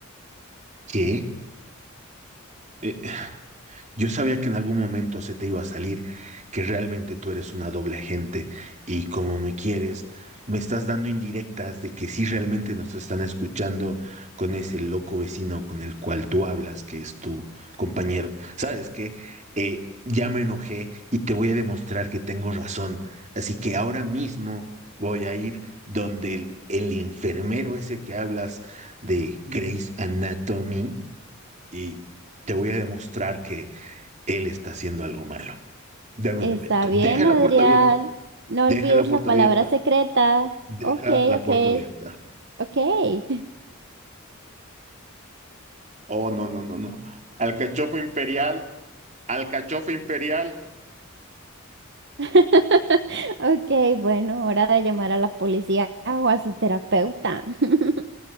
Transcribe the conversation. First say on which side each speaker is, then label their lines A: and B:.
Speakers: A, on the right (about 35°); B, on the right (about 55°).
A: ¿Qué? Eh, Yo sabía que en algún momento se te iba a salir, que realmente tú eres una doble agente y como me quieres, me estás dando indirectas de que sí realmente nos están escuchando con ese loco vecino con el cual tú hablas, que es tu compañero. ¿Sabes qué? Eh, ya me enojé y te voy a demostrar que tengo razón. Así que ahora mismo voy a ir donde el, el enfermero ese que hablas de Grey's Anatomy y te voy a demostrar que él está haciendo algo malo. Dame
B: Está
A: un momento.
B: bien,
A: Deja la
B: Adrián.
A: puerta abierta.
B: No
A: Deja
B: olvides
A: la puerta
B: la palabra
A: abierta.
B: secreta.
A: Deja
B: Ok,
A: la
B: ok,
A: puerta abierta.
B: ok. <laughs>
A: Oh, no, no, no, no. Alcachofo imperial. Alcachofo imperial.
B: <laughs> Ok, bueno, hora de llamar a la policía o a su terapeuta. <laughs>